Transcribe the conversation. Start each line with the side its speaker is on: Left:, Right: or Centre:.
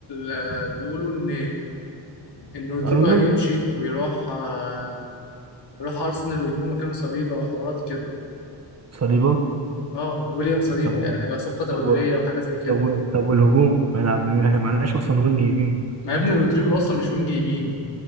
Left: آه، بيقولوا ان ان رودريجو
Right: ارنولد
Left: هيمشي ويروح آه، يروح ارسنال ويجيبوا مكانه صليبه وحوارات كده
Right: صليبه
Left: اه ويليام صليبه
Right: طب هو-
Left: يعني هيبقى صفقه تبادليه
Right: طب هو-
Left: وحاجه زي كده
Right: طب و... طب والهجوم هيلعب بمين احنا معناش اصلا وينج يمين
Left: ما يا ابني رودريجو اصلا مش وينج يمين